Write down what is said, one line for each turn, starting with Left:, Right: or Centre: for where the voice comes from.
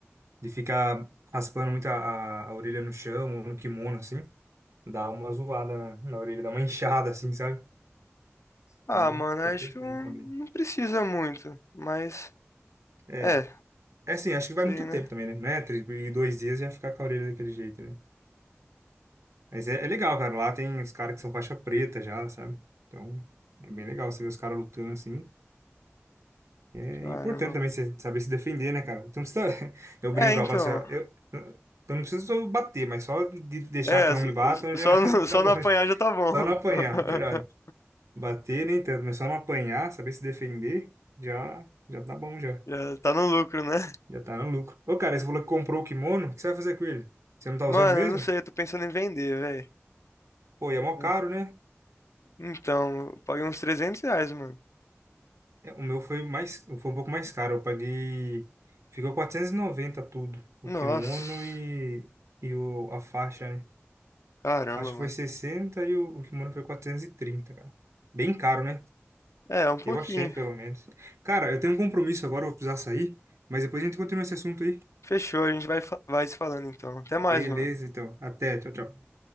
Right: De ficar raspando muito a, a, a orelha no chão ou no kimono, assim. Dá uma zoada na, na orelha, dá uma inchada, assim, sabe?
Left: Ah,
Right: Então,
Left: mano,
Right: eu tô
Left: acho
Right: pensando
Left: que não
Right: também.
Left: não precisa muito. Mas.
Right: É.
Left: É,
Right: É assim, acho que vai
Left: sei,
Right: muito
Left: né?
Right: tempo também, né? Não é? Tri- E dois dias já ficar com a orelha daquele jeito, né? Mas é, é legal, cara. Lá tem os caras que são faixa preta já, sabe? Então, é bem legal você ver os caras lutando assim. E É
Left: Caramba,
Right: importante também
Left: mano.
Right: você saber se defender, né, cara? Então, você tá... <laughs> Eu
Left: É,
Right: brinco,
Left: então.
Right: eu falo assim, ó, eu, eu não preciso só bater, mas só de deixar
Left: É,
Right: que não
Left: só,
Right: me batam
Left: só,
Right: já
Left: não,
Right: <laughs>
Left: só
Right: tá bom.
Left: não apanhar
Right: já.
Left: já tá bom.
Right: Só não apanhar,
Left: <laughs>
Right: é verdade. Bater nem tanto, mas só não apanhar, saber se defender, já, já tá bom, já.
Left: Já tá no lucro, né?
Right: Já tá no lucro. Ô, cara, você falou que comprou o kimono, o que você vai fazer com ele? Você não tá
Left: Mano,
Right: usando mesmo?
Left: eu não sei, eu tô pensando em vender, velho.
Right: Pô, e é mó
Left: É.
Right: caro, né?
Left: Então, eu paguei uns 300 reais, mano.
Right: É, O meu foi mais, foi um pouco mais caro. Eu paguei. Ficou 490 tudo. O
Left: Nossa,
Right: kimono e, e o, a faixa, né?
Left: caramba,
Right: A faixa
Left: mano.
Right: foi 60 e o, o kimono foi 430 cara. Bem caro, né?
Left: É, um pouquinho.
Right: Eu achei, pelo menos. Cara, eu tenho um compromisso agora, eu vou precisar sair. Mas depois a gente continua esse assunto aí.
Left: Fechou, a gente vai, fa- vai se falando então. Até mais,
Right: Beleza,
Left: mano.
Right: então. Até. Tchau, tchau.